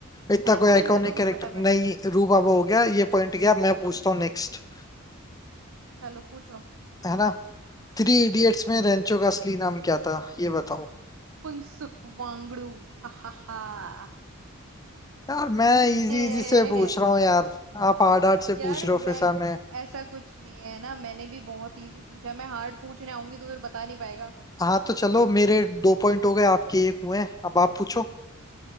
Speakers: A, on the left; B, on the right.
A: इतना
B: अरे
A: कोई
B: पॉइंट
A: आइकॉनिक
B: दे दो
A: कैरेक्टर
B: फिर फटाफट
A: नहीं रूबाबा हो गया ये पॉइंट गया मैं पूछता हूँ नेक्स्ट
B: चलो पूछो
A: है ना थ्री इडियट्स में रेंचो का असली नाम क्या था ये बताओ
B: पुंसुक वांगड़ू हा हा हा
A: यार मैं इजी
B: <laughs>
A: इजी से पूछ रहा हूँ यार आप हार्ड हार्ड से पूछ
B: यार
A: रहे
B: मैं
A: हो फिर सामने
B: भी- ऐसा कुछ नहीं है ना मैंने भी बहुत इजी पूछा मैं हार्ड पूछने आऊंगी तो फिर बता नहीं पाएगा
A: हाँ तो चलो मेरे दो पॉइंट हो गए आपके एक हुए हैं अब आप पूछो